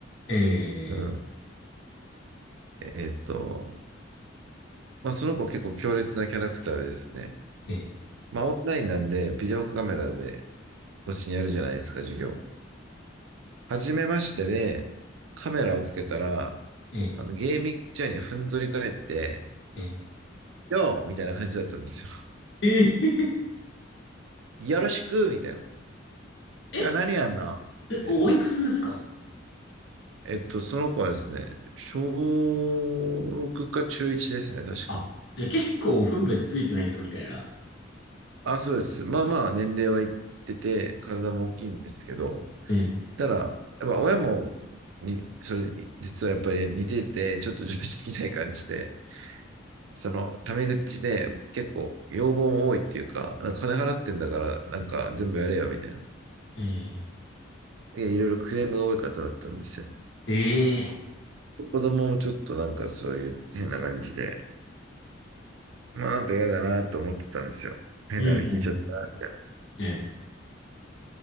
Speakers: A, on the left; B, on the right.
A: え
B: うん。えっと、まあ、その子結構強烈なキャラクターでですね。
A: ー、えー、
B: まあ、オンラインなんで、ビデオカメラでこっちにやるじゃないですか、授業。初めましてで、カメラをつけたら、
A: え
B: あのゲーミングチェアにふんぞり返って、
A: ー、えー、
B: よーみたいな感じだったんですよ。
A: えー、
B: よろしくみたいな。
A: え、
B: 今日は何やんなみたいな。
A: え、おいくつですか
B: えっと、その子はですね、小6か中1ですね、確か。
A: あ、じゃあ結構分別ついてないとみたいな。
B: あ、そうです。まあまあ、年齢はいってて、体も大きいんですけど、
A: えー、
B: ただ、やっぱ親も、に、それ、実はやっぱり似てて、ちょっと常識ない感じで、その、タメ口で結構要望も多いっていうか、なんか金払ってんだから、なんか全部やれよ、みたいな。
A: え
B: でいろいろクレームが多い方だったんですよ。
A: ー、えー、
B: 子供もちょっとなんかそういう変な感じで、まあなんか嫌だなと思ってたんですよ。変なの聞いちゃったな、
A: うん、う
B: みたいな。
A: ん、え